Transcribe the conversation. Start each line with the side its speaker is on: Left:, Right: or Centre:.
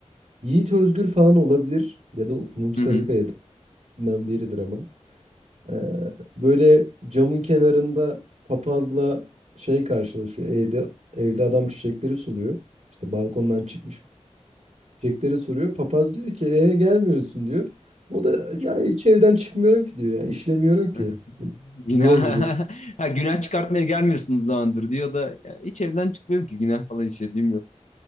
Right: Yiğit Özgür falan olabilir ya da Umut
Left: Hı
Right: Sarıkaya'dan biridir ama. Ee, böyle camın kenarında papazla şey karşılaşıyor. Evde, evde adam çiçekleri suluyor. İşte balkondan çıkmış çiçekleri soruyor. Papaz diyor ki e gelmiyorsun diyor. O da ya hiç evden çıkmıyorum ki diyor. Yani işlemiyorum ki.
Left: hı. Günah,
Right: Niye geleyim?
Left: <laughs> ha, günah çıkartmaya gelmiyorsunuz zamandır diyor da "Ya hiç evden çıkmıyorum ki günah falan işlediğim yok.